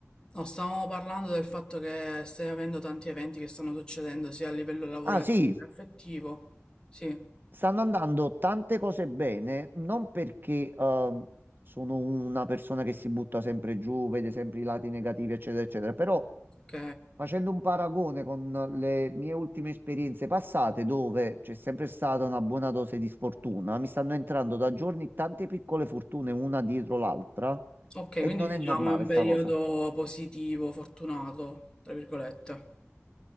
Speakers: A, on the left (about 20°); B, on the right (about 45°).
A: No, stavamo parlando del fatto che stai avendo tanti eventi che stanno succedendo sia a livello lavorativo
B: Ah, sì.
A: che affettivo. Sì,
B: Stanno andando tante cose bene, non perché ehm, sono una persona che si butta sempre giù, vede sempre i lati negativi, eccetera, eccetera, però
A: ok.
B: facendo un paragone con le mie ultime esperienze passate, dove c'è sempre stata una buona dose di sfortuna, mi stanno entrando da giorni tante piccole fortune una dietro l'altra
A: Ok,
B: e
A: quindi
B: non
A: diciamo
B: è normale
A: è un periodo
B: sta cosa.
A: positivo, fortunato, tra virgolette.